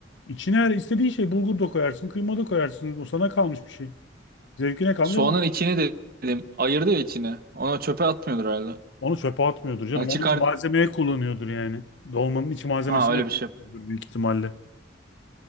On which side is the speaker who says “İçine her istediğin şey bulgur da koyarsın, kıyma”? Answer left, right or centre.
Left